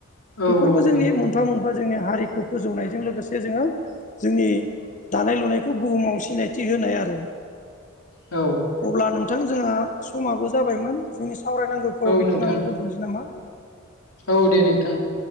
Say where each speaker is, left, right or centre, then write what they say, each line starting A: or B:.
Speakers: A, on the left; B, on the left.
A: औ
B: बेफोरबो
A: औ
B: जोंनि
A: नंगौ
B: मोनफा
A: नंगौ
B: मोनफा जोंनि हारिखौ फोजौनायजों लोगोसे जोंङो जोंनि दानाय लुनायखौ बुहुमाव सिनायथि होनाय आरो
A: औ
B: अब्ला नोंथां जोंहा समाबो जाबायमोन जोंनि सावरायनांगौ खौ
A: औ
B: बेखिनिावनो
A: नोंथां
B: दोनथ'नोसै नामा
A: औ दे नोंथां